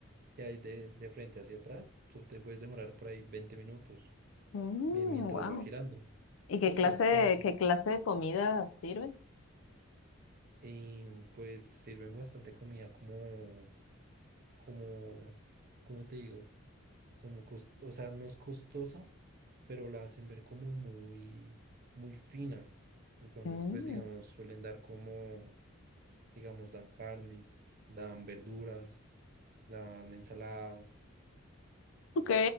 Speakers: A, on the right (about 45°); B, on the left (about 65°).
A: que hay de, de frente hacia atrás, tú te puedes demorar por ahí 20 minutos
B: wow.
A: mi- mientras va girando.
B: ¿Y
A: Sí,
B: qué
A: o
B: clase,
A: sea, es como,
B: qué clase de comida sirve?
A: eh, pues sirven bastante comida como, como, como te digo, como, cos- o sea, no es costosa, pero la hacen ver como muy, muy fina. Entonces,
B: Mm,
A: pues digamos, suelen dar como digamos, dan carnes, dan verduras, dan ensaladas.
B: ok,